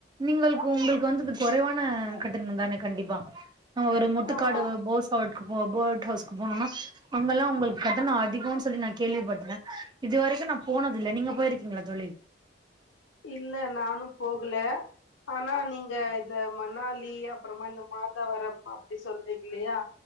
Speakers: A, on the right; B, on the left.
A: நீங்கள் உங்களுக்கு உங்களுக்கு வந்து இது குறைவான கட்டணம்தானே கண்டிப்பா நம்ம ஒரு முட்டுக்காடு
B: ஆமா
A: போஸ்ஹவுட் போ போட்ஹவுஸ்க்கு போனோன்னா அங்கல்லா உங்களுக்கு கட்டணம் அதிகோனு சொல்லி நா கேள்விப்பட்ட இது வரைக்கு நா போனது இல்ல நீங்க போயிருக்கீங்ளா தோழி
B: இல்ல நானு போகல ஆனா நீங்க இந்த மணாலி அப்புறமா இந்த மாதாவரம் அப்படி சொல்றீங்க இல்லையா